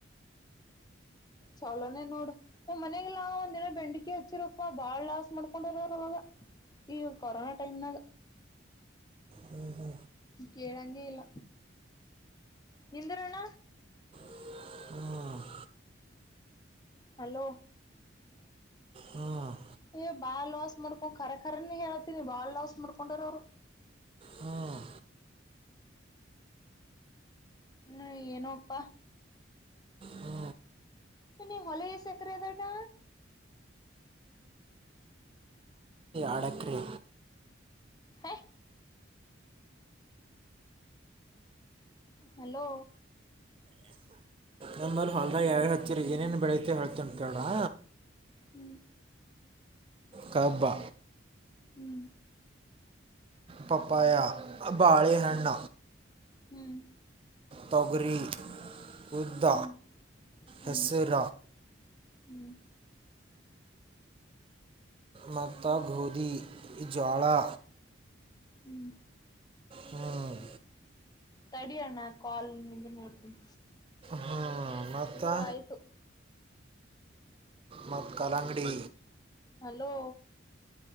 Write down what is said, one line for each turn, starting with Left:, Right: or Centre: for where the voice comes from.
Left: ಚಲಾನೇ ನೋಡು ನ್ ಮನೆಗೆಲ್ಲಾ ಒಂದಿನ ಬೆಂಡಕಿ ಹಚ್ಚಿರಪ್ಪಾ ಬಾಳ್ ಲಾಸ್ ಮಾಡ್ಕೊಂಡರವ್ರ ಅವಾಗ ಈ ಕೊರೋನಾ ಟೈಮ್ ನ
Right: ಹ್ಞೂ ಹ್ಞೂ
Left: ಕೇಳಂಗಗೆ ಇಲ್ಲ ನಿಂದಿರೋಣ್ಣ
Right: ಹ್ಮ
Left: ಹಲೋ
Right: ಹ್ಮ್
Left: ಏ ಬಾಳ್ ಲಾಸ್ ಮಾಡ್ಕೊಂಡ್ಖರ ಖರನ ಹೇಳತೀನಿ ಬಾಳ್ ಲಾಸ್ ಮಾಡಕೊಂಡರ ಅವರು
Right: ಹ್ಮ್
Left: ಹ್ಮ ಏನಪ್ಪಾ
Right: ಹ್ಞೂ
Left: ಇನ್ನ ಹೊಲ ಸಕರೆದಟಾ
Right: ಅಡಕ್ಕ್ರೆ
Left: ಹ ಹಲೋ
Right: ನಂಬಲ್ಲಿ ಹೊ್ರ ಯಾವು ಹಚ್ಚೀರಿ ಏನೇನು ಬೆಳೆಯತೆ ಹೇಳ್ತೀ ಕೇಳ್ರಾ
Left: ಹ್ಮ್
Right: ಕಬ್ಬ
Left: ಹ್ಮ್
Right: ಪಪಾ ಬಳೆ ಹೆಣ್ಣ
Left: ಹ್ಮ್
Right: ತೊಗರಿ ಹುದದ
Left: ಹ್ಮ್ ಹ್ಮ್
Right: ಹೆಸರ
Left: ಹ್ಮ್
Right: ಮಾತ ಗೋಧಿ ಇಜಳಾ
Left: ಹ್ಮ್
Right: ಹ್ಮ್
Left: ತಡಿಯಣ ಕಾಲ್ ನೋಡ್ತೀನಿ
Right: ಹ್ಞೂ ಮತ್ತು
Left: ಇದು ಆಯ್ತು
Right: ಮಕ್ಕ ಕಲಂಗಡಿ
Left: ಹಲೋ